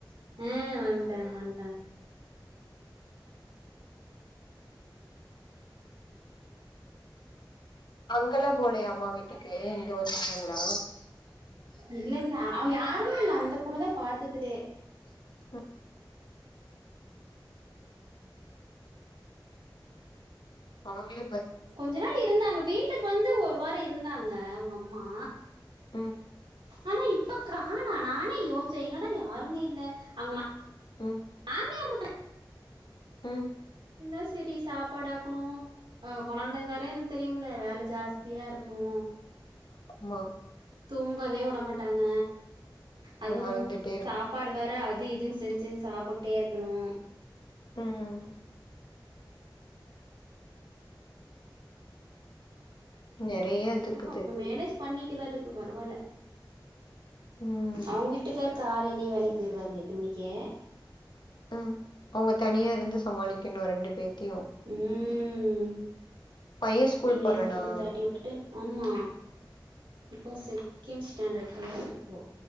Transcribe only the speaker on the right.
ம் வன்ட்டாங் வன்
இல்ல அவ யாருமே இல்ல இல்ல அந்த பொண்ணுதா பாத்துக்குதே
கொஞ்ச நாள் இருந்தாங்க வீட்டுக்கு வந்து ஒரு வார இருந்தாங்க அவ்ங் அம்மா
ஆனா இப்ப காணோ நானே யோச்சே என்னடா யாருமே இல்ல அவ்ங்மா
மாமியார் இருக்கு
இந்தா செரி சாப்பாடாக்குணு அ கொழந்த இர்ந்தாலே தெரியும்ல வேல ஜாஸ்தியா இருக்கு
தூங்கவே உட மாட்டாங்க அதுவு
சாப்பாடு வேற அது இதுன் சென் செஞ் சாப்புட்டே இருக்கணு
அதுனால
பாப்பு மேனேஜ் பண்ணிக்குதாட்டுக்கு பரவால
அவ்ங் வீட்டுக்கார் காலேயே வேலைக் பேய்ர்வாரு எட்டு மணிக்கே
ம்
இவனே
ஸ்கூல் தாட்டி விட்டுட்டு ஆமா இப்ப செகண்ட் ஸ்டாண்டர் போராரு போ